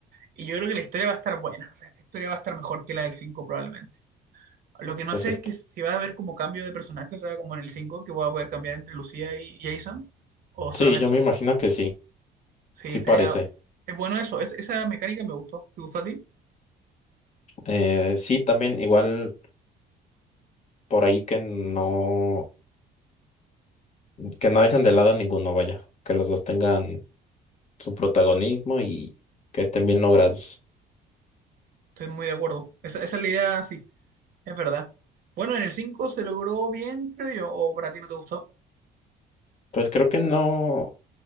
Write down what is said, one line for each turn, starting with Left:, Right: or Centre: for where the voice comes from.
Right: Y yo creo que la historia va a estar buena, o sea, esta historia va a estar mejor que la del 5 probablemente. Lo que no
Left: Entonces,
Right: sé es que si va a haber como cambio de personaje, o sea, como en el 5 que voy a poder cambiar entre Lucía y Jason, o solamente...
Left: sí, yo me imagino que sí,
Right: Sí,
Left: sí
Right: estaría...
Left: parece.
Right: Es bueno eso, es- esa mecánica me gustó. ¿Te gustó a ti?
Left: Eh, sí, también igual por ahí que no, que no dejan de lado a ninguno, vaya, que los dos tengan su protagonismo y que estén bien logrados.
Right: Estoy muy de acuerdo. Esa, esa es la idea, sí, es verdad. Bueno, en el 5 se logró bien, creo yo, o para ti no te gustó.
Left: Pues creo que no,